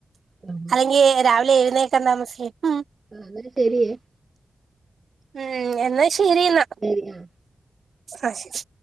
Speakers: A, on the right; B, on the right.
A: ആഹ്
B: അല്ലെങ്കി രാവിലെ എഴുന്നേക്കാ താമസി ഉം
A: അതൊരു ശെരിയേ
B: ഉം എന്നാ ശരിന്നാ
A: ശരിനാ
B: അഹ് ശരി